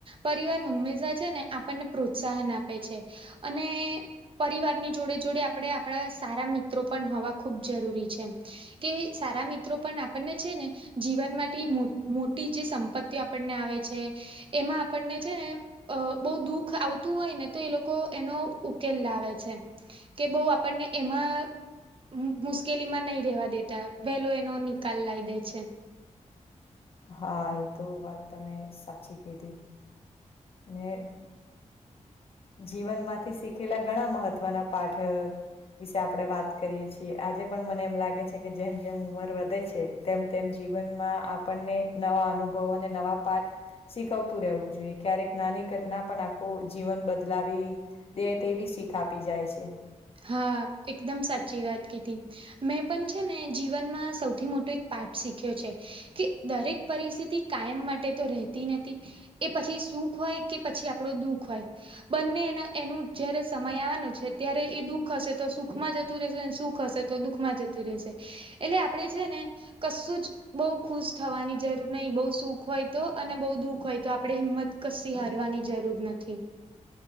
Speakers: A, on the right; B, on the left.
A: પરિવાર હંમેશા છે ને આપણને પ્રોત્સાહન આપે છે, અને પરિવારની જોડે - જોડે આપણે આપણા સારા મિત્રો પણ હોવા ખૂબ જરૂરી છે. કે સારા મિત્રો પણ આપણને છે ને જીવન માટે મો મોટી જે સંપત્તિઓ આપણને આવે છે. એમાં આપણને છે ને અ બઉ દુઃખ આવતું હોય ને તો એ લોકો એનો ઉકેલ લાવે છે. કે બઉ આપણને એમાં મુશ મુશ્કેલી માં નહી રેવા દેતા, વહેલો એનો નિકાલ લાવ દે છે.
B: હા એતો વાત તમે સાચી કીધી. ને જીવન માંથી શીખેલા ઘણા મહત્વના પાઠ વિશે આપડણે વાત કરીએ છીએ. આજે પણ મને એમ લાગે છે કે જેમ જેમ ઉંમર વધે છે. તેમ- તેમ જીવનમાં આપણને નવા અનુભવો અને નવા પાઠ શીખવતું રહેવું જોઈએ ક્યારેક નાની ઘટના પણ આખું જીવન બ બદલાવી દે તેવી શીખ આપી જાય છે.
A: હા એકદમ સાચી વાત કીધી. મેં પણ છે ને જીવનમાં સૌથી મોટો એક પાઠ શીખ્યો છે. કે દરેક પરિસ્થિતિ કાયમ માટે તો રહેતી નથી. એ પછી સુખ હોય, કે પછી આપણો દુઃખ હોય. બંને એના એનું જયારે સમય આવવાનો છે. ત્યારે એ દુઃખ હશે તો સુખમાં જતું રહેશે અને સુખ હશે તો દુઃખમાં જતું રહેશે. એટલે આપડે છે ને કશુંજ બઉુ ખુશ થવાની જરૂર નહી. બઉુ સુખ હોય તો અને બહુ દુઃખ હોય તો આપડે હિંમત કસી હારવાની જરૂર નથી.